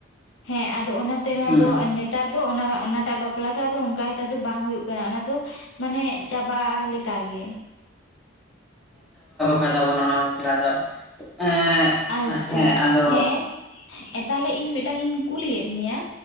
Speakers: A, on the left; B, in the centre.
A: ᱦᱮᱸ ᱟᱫᱚ ᱚᱱᱟᱛᱮ ᱱᱚᱣᱟ
B: ᱦᱩᱸ
A: ᱫᱚ ᱱᱮᱛᱟᱨ ᱫᱚ ᱚᱱᱟ ᱚᱱᱟᱴᱟᱜ ᱵᱟᱯᱞᱟ ᱛ ᱟᱫᱚ ᱚᱱᱠᱟ ᱱᱮᱛᱟᱜ ᱫᱚ ᱵᱟᱝ ᱦᱳᱭ ᱠᱟᱱᱟ ᱚᱱᱟᱫᱚ ᱢᱟᱱᱮ ᱪᱟᱵᱟ ᱞᱮ ᱞᱮᱠᱟ ᱜᱮ᱾
B: ᱠᱟᱫᱟᱵᱚᱱ ᱚᱱᱟ ᱵᱟᱯᱞᱟ ᱫᱚ ᱮᱸ
A: ᱟᱪᱪᱷᱟ
B: ᱦᱮᱸ ᱟᱫᱚ
A: ᱦᱮᱸ ᱛᱟᱦᱚᱞᱮ ᱤᱧ ᱢᱤᱫᱴᱟᱝ ᱤᱧ ᱠᱩᱞᱤᱭᱮᱫ ᱢᱮᱭᱟ